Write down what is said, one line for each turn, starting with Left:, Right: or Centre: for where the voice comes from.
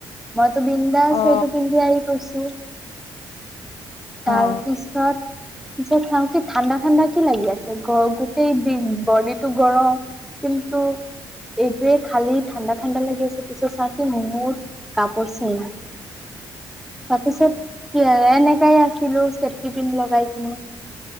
Centre: মইটো বিন জাষ্ট
Left: অ
Centre: সেইটো পিন্ধি আহি গৈছো তাৰপিছত
Left: অ অ
Centre: পিছত চাও কি ঠাণ্ডা ঠাণ্ডা কি লাগি আছে গ গোটেই বি বডিটো গৰম কিন্তু যে খালি ঠাণ্ডা ঠাণ্ডা লাগি আছে পিছে চাও কি মোৰ কাপোৰ চিঙ তাৰপিছত কি আৰু এনেকাই আছিলো চেফটি পিন লগাই কিনে।